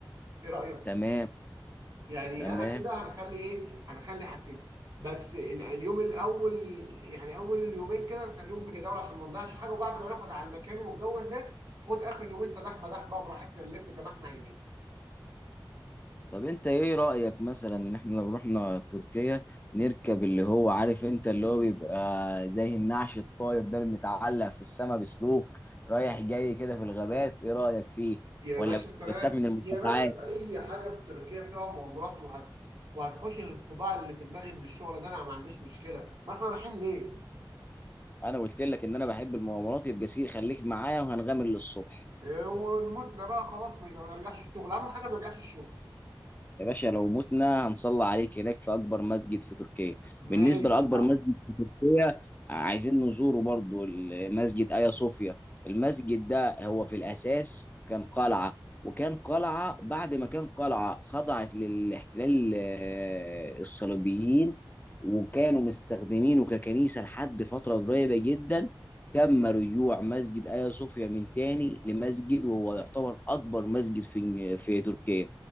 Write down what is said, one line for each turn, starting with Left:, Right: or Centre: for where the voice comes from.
Right: ايه رايك
Left: تمام
Right: يعني
Left: تمام
Right: انا كده هنخلي ايه هنخلي حاجتين بس ال- اليوم الاول يعني اول يومين كده نخليهم بجداول عشان ما نضيعش حاجه وبعد ما ناخد على المكان والجو هناك خد اخر يومين سداح مداح بقى براحتنا نلف زي ما احنا عايزين
Left: طب انت ايه رأيك مثلا ان احنا لو رحنا تركيا نركب اللي هو عارف انت اللي هو بيبقى زي النعش الطاير ده اللي متعلق في السماء بسلوك رايح جاي كده في الغابات ايه رأيك فيه
Right: يا
Left: ولا
Right: باشا تمام
Left: بتخاف من المرتفعات
Right: يا باشا اي حاجه في تركيا فيها مغامرات وهت وهتحوش الصداع اللي في دماغي من الشغل ده انا ما عنديش مشكله ما احنا رايحين ليه
Left: انا قلت لك ان انا بحب المغامرات يبقى سي خليك معايا وهنغامر للصبح
Right: إيه، ونموتنا بقى خلاص ما يبقى ما نرجعش الشغل اهم حاجه ما نرجعش الشغل
Left: يا باشا لو متنا هنصلي عليك هناك في اكبر مسجد في تركيا
Right: ماشي
Left: بالنسبه لاكبر
Right: يا عم
Left: مسجد في تركيا عايزين نزوره برضو المسجد ايا صوفيا المسجد ده هو في الاساس كان قلعه وكان قلعه بعد ما كان قلعه خضعت للاحتلال آه، الصليبيين وكانوا مستخدمينه ككنيسه لحد فتره قريبه جدا تم رجوع مسجد ايا صوفيا من تاني لمسجد وهو يعتبر اكبر مسجد في في تركيا